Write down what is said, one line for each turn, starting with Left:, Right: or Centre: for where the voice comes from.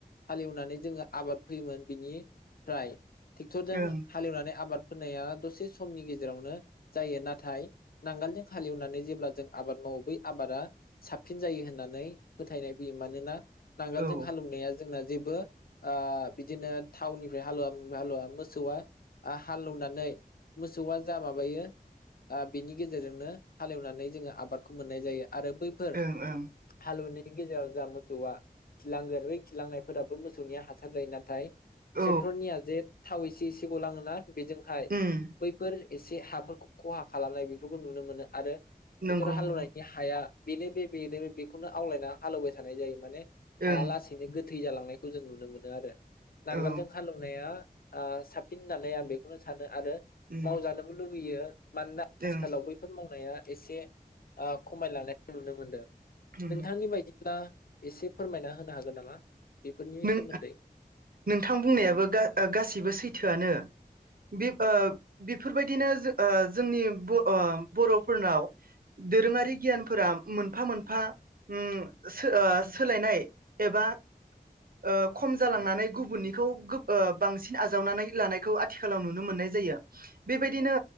Left: हालेवनानै, जोङो आबाद फैयोमोन बिनिफ्राय ट्रेक्टरजों
Right: ओं
Left: हालेवनानै आबाद होनाया दसे समनि गेजेरावनो जायो नाथाय नांगालजों हालेवनानै जेब्ला जों आबाद मावो बै आबादा साबसिन जायो होननानै फोथायनाय फैयो मानोना नांगोलजों
Right: औ
Left: हालेवनाया जोंना जेबो ओ बिदिनो थावनिफ्राय हालवा हाल मोसौ हालेवनानै मोसौआ जा माबायो बिनि गेजेरजोंनो हालेवनानै जोङो आ बादखौ मोननाय जायो। आरो बैफोर
Right: ओं ओं
Left: हालवनो बेनि गेजेराव जा मोसौआ खिलांगोन बेै खिलांनायफोराबो मोसौनिया हासार जायो नाथाय
Right: औ
Left: ट्रेक्टरनिया जे थावै एसे एसे गलाङोना बेजोंहाय
Right: उम
Left: बैफोर एसे हाफोरखौ खहा खालामनाय बेफोरखौ नुनो मोनो आरो ट्रेक्टर
Right: नंगौ
Left: हालेवनायनि
Right: नंगौ
Left: हाया बेनो बे बेनो बेखौनो आवलायना हालेवबाय थानाय जायो माने हाया
Right: ओं
Left: लासेैनो गोथै जालांनायखौ जों नुनो मो नो आरोे नांगोलजों
Right: औ
Left: हालेवनाया ओ साबसिन होननानै आं बेखौनो सानो आरो
Right: उम
Left: मावजानोबो लु यो मानोना आथिखालाव
Right: ओं
Left: बैफोर मावनाया एसे खमायलांनाय नुनो मोनदों
Right: उम
Left: नोंथांनि बायदिब्ला एसे फोरमायना होनो हागोन नामा बेफोरनि
Right: नों
Left: सोमोन्दै?
Right: नोंथां बुंनायाबो गा-गासिबो सैथोआनो। बे ओ बेफोरबायदिनो जो ओ जोंनि ओ ब-बर'फोरनाव दोरोङारि गियानफोरा मोनफा मोनफा उम ओ सोलायनाय एबा ओ खम जालांनानै गुबुननिखौ ओ बांसिन आजावनानै लानायखौ आथिखालाव नुनो मोननाय जायो बेबायदिनो